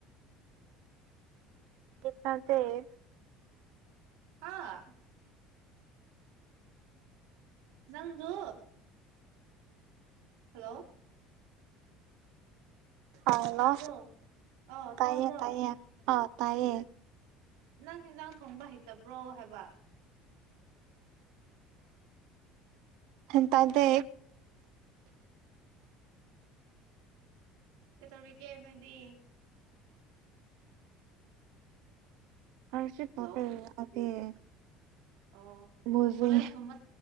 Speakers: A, on the right; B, on the right.
A: ꯇꯗꯦ <unintelligible>
B: ꯍꯥ ꯅꯪꯗꯨ ꯍꯜꯂꯣ
A: ꯑꯂꯣ
B: ꯇꯥꯕ꯭ꯔꯣ ꯑ
A: ꯇꯥꯏꯌꯦ
B: ꯇꯥꯕ꯭ꯔꯣ
A: ꯇꯥꯏꯌꯦ ꯑ ꯇꯥꯏꯌꯦ
B: ꯅꯪ ꯌꯦꯟꯖꯥꯡ ꯊꯣꯡꯕ ꯍꯩꯇꯕ꯭ꯔꯣ ꯍꯥꯏꯕ
A: <inaudible> <inaudible> ꯒꯌ꯭ꯥꯟ ꯇꯥꯗꯦ
B: ꯀꯩꯗꯧꯔꯤꯒꯦ ꯅꯪꯗꯤ
A: ꯀꯔꯤꯁꯨ
B: ꯍꯜꯂꯣ
A: ꯇꯧꯗꯦ <unintelligible>
B: ꯑꯣ
A: ꯃꯨꯚꯤ
B: ꯀꯣꯂꯦꯖꯒꯨꯝꯕ